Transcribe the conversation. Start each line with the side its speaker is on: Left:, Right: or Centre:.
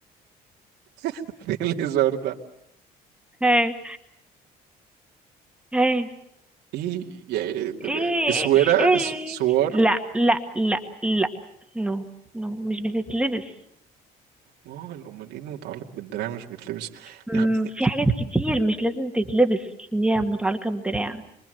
Right: <laughs> ايه الهزار ده
Centre: هاي هاي
Right: ايه يعني ده-
Centre: ايه
Right: اسوره
Centre: ايه
Right: اس- سوار
Centre: لا لا لا لا نو نو مش بتتلبس
Right: ما هو امال ايه اللي متعلق بالدراع مش بيتلبس
Centre: مم،
Right: إيه-
Centre: في حاجات كتير مش لازم تتلبس ان هي متعلقة بالدراع